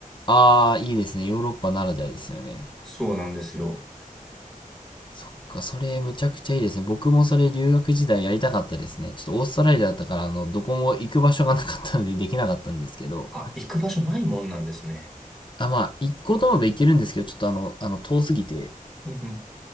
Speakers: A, on the left; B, in the centre.
A: ああ、いいですね。ヨーロッパならではですよね。
B: そうなんですよ。
A: そっか、それむちゃくちゃいいですね。僕もそれ留学時代やりたかったですね。ちょっとオーストラリアだったから、あの、どこも行く場所がなかったのでできなかったんですけど。
B: あ、行く場所ないもんなんですね。
A: あ、まあ、行こうと思えば行けるんですけど、ちょっとあの、あの、遠すぎて、
B: うん